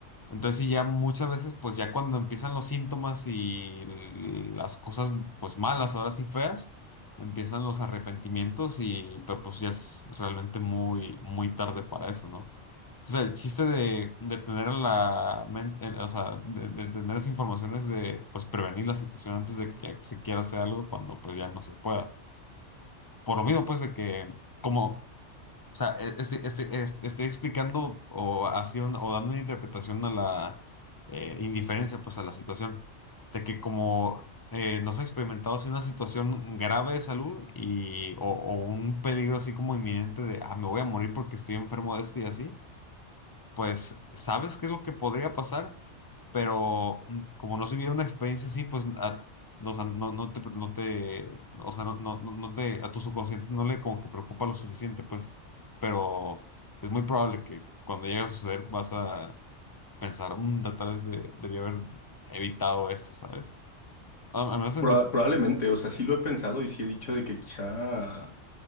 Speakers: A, on the left (about 25°); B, on the left (about 85°).
A: entonces sí, ya muchas veces, pues ya cuando empiezan los síntomas y l- las cosas, pues malas, ahora sí feas, empiezan los arrepentimientos y, pero pues ya es realmente muy, muy tarde para eso, ¿no? O sea, el chiste de, de tener en la mente, o sea, de, de tener esa información es de, pues, prevenir la situación antes de que se quiera hacer algo cuando, pues, ya no se pueda. Por lo mismo, pues, de que como o sea, e- estoy, estoy- est- estoy explicando o, haciendo, o dando una interpretación a la eh, indiferencia, pues a la situación, de que como eh, no se ha experimentado así una situación grave de salud y, o, o un peligro así como inminente de, ah, me voy a morir porque estoy enfermo de esto y así, pues sabes qué es lo que podría pasar, pero mm, como no has vivido una experiencia así, pues a- no, o sea, no, no te, no te, o sea, no, no, no no te, a tu subconsciente no le como que preocupa lo suficiente, pues, pero es muy probable que cuando llegue a suceder vas a pensar, "Mm, da- tal vez de, debí haber evitado esto, ¿sabes? Al al menos en
B: Proba-
A: mi caso.
B: probablemente, o sea, sí lo he pensado y sí he dicho de que quizá,